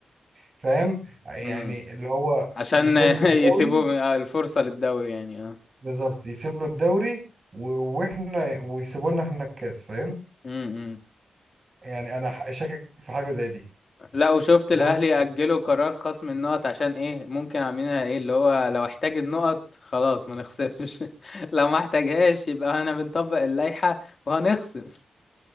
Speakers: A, on the right; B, on the left.
A: فاهم يعني
B: امم
A: اللي هو
B: عشان
A: يسيب له
B: <laughs>
A: الدوري
B: يسيبوا الفرصة للدوري يعني اه
A: بالظبط يسيب له الدوري و... واحنا ويسيبوا لنا احنا الكاس فاهم
B: امم
A: يعني انا ح- شاكك في حاجه زي دي
B: لا وشفت
A: لا
B: الاهلي يأجلوا قرار خصم النقط عشان ايه ممكن عاملينها ايه اللي هو لو احتاج النقط خلاص ما نخصمش <laughs> لو ما احتاجهاش يبقى انا بنطبق اللائحة وهنخصم